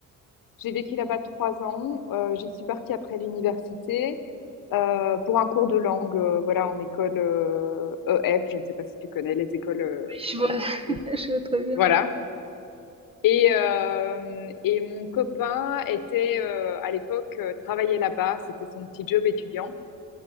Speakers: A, on the left (about 80°); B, on the right (about 15°).
A: j'ai vécu là-bas trois ans. Euh, j'y suis partie après l'université. euh, pour un cours de langue, euh, voilà, en école euh, EF, je ne sais pas si tu connais les écoles, euh,
B: Oui, je vois.
A: euh,
B: <laughs>
A: où-
B: Je vois très bien.
A: voilà. Et, euh, et mon copain était euh, à l'époque euh, travaillait là-bas, c'était son petit job étudiant.